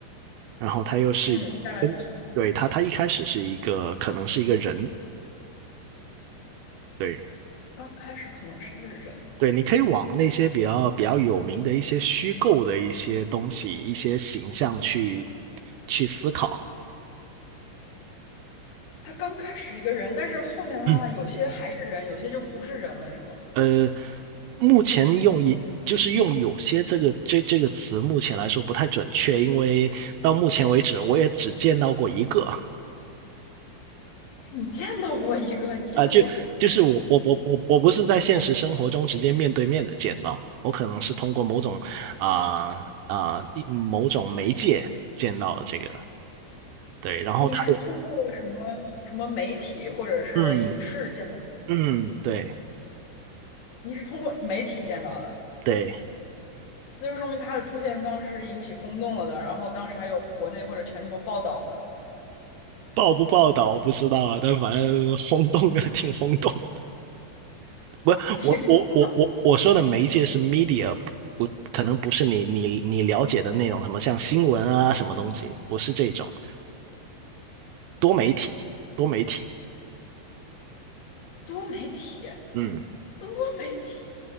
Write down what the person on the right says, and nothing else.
然后他又是，
嗯，对，他他一开始是一个可能是一个人，对。
对，你可以往那些比较比较有名的一些虚构的一些东西、一些形象去去思考。
嗯
呃，目前用一”就是用“有些”这个这这个词，目前来说不太准确，因为到目前为止，我也只见到过一个
啊、就就是我我我我我不是在现实生活中直接面对面的见到，我可能是通过某种啊啊、一某种媒介见到这个，对，然后他也。
嗯。嗯，对
对，
报不报道我不知道啊，但反正轰动啊，挺轰动的。不，
我我我我我说的媒介是 media，不，不可能不是你你你了解的那种什么像新闻啊什么东西，不是这种多媒体，多媒体，
嗯，